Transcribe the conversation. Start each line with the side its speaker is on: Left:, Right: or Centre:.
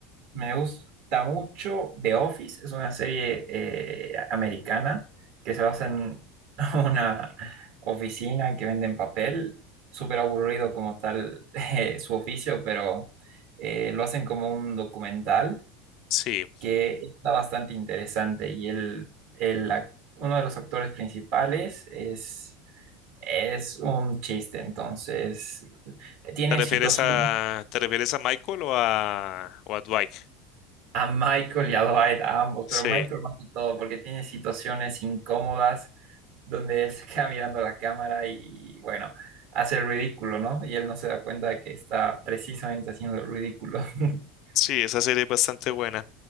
Right: me gusta mucho The Office, es una serie eh, americana que se basa en <laughs> una oficina que venden papel, súper aburrido como tal <laughs> eh, su oficio, pero eh, lo hacen como un documental
Left: Sí.
Right: que está bastante interesante y el, el ac- uno de los actores principales es, es un chiste, entonces tiene
Left: ¿Te refieres
Right: situaciones
Left: a, te refieres a Michael o a, o a Dwight?
Right: a Michael y a Dwight, a ambos,
Left: Sí,
Right: pero Michael más que todo porque tiene situaciones incómodas donde él se queda mirando la cámara y bueno, hace el ridículo, ¿no? Y él no se da cuenta de que está precisamente haciendo el ridículo. <laughs>
Left: sí, esa serie es bastante buena.